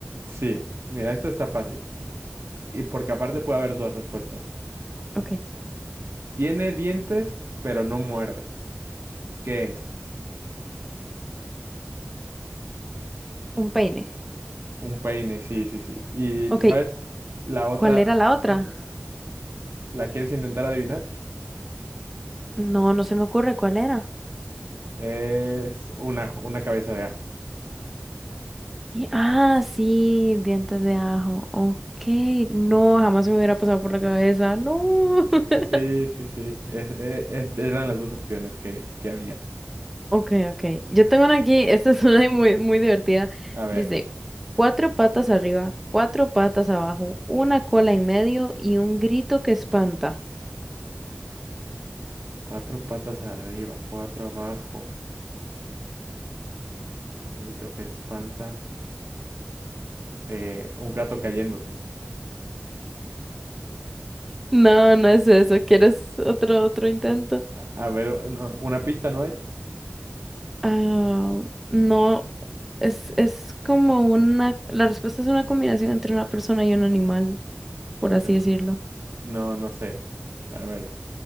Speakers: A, on the right; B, in the centre.
A: sí, mira, esto está fácil. Y y porque aparte puede haber dos respuestas.
B: Ok.
A: Tiene dientes, pero no muerde. ¿Qué es?
B: Un peine.
A: Un peine, sí, sí, sí. ¿Y
B: Ok.
A: te sabes la otra
B: ¿Cuál era la
A: respuesta?
B: otra?
A: ¿La quieres intentar adivinar?
B: No, no se me ocurre cuál era.
A: Es un ajo, una cabeza de ajo.
B: Y- ah, sí, dientes de ajo. Ok. No, jamás se me hubiera pasado por la cabeza. No. <laughs>
A: Sí, sí, sí. Es- e- es- eran las dos opciones que, que había.
B: Ok, ok. Yo tengo una aquí. Esta es una muy, muy divertida.
A: A ver,
B: Dice, cuatro patas arriba, cuatro patas abajo, una cola en medio y un grito que espanta.
A: cuatro patas arriba, cuatro abajo, y un grito que espanta, eh, un gato cayéndose.
B: No, no es eso. ¿Quieres otro, otro intento?
A: A, a ver, no, ¿una pista no hay?
B: Ah, no, es, es como una, la respuesta es una combinación entre una persona y un animal, por
A: Eh,
B: así decirlo.
A: no, no sé. A ver.